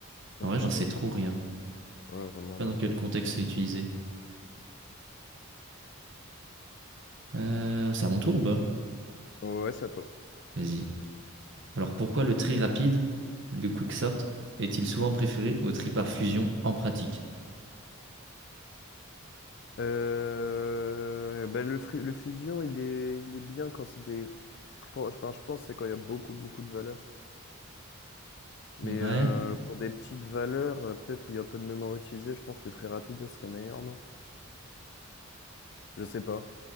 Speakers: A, on the left (about 50°); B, on the right (about 55°).
A: Enfin
B: En vrai, j'en sais
A: bref,
B: trop rien. Je
A: ouais, vraiment,
B: sais Pas
A: moi
B: dans
A: aussi.
B: quel contexte c'est utilisé. Euh, c'est à mon tour, bah.
A: Ouais, c'est à toi.
B: Vas-y. Alors pourquoi le tri rapide, le quick sort, est-il souvent préféré au tri par fusion en pratique?
A: Euh, bah, le, fru- le fusion, il est, il est bien quand c'est des. cran- Enfin, je pense que c'est quand il y a beaucoup, beaucoup de valeur. Mais
B: Ouais.
A: euh, pour des petites valeurs, euh, peut-être où il y a peu de mémoire utilisée, je pense que le très rapide ce serait meilleur, non? Je sais pas.